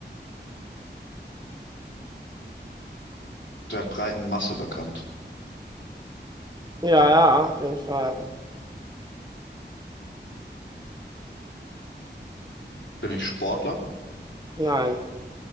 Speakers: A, on the left (about 80°); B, on the right (about 20°).
A: der breiten Masse bekannt?
B: Ja, ja, auf jeden Fall.
A: Bin ich Sportler?
B: Nein.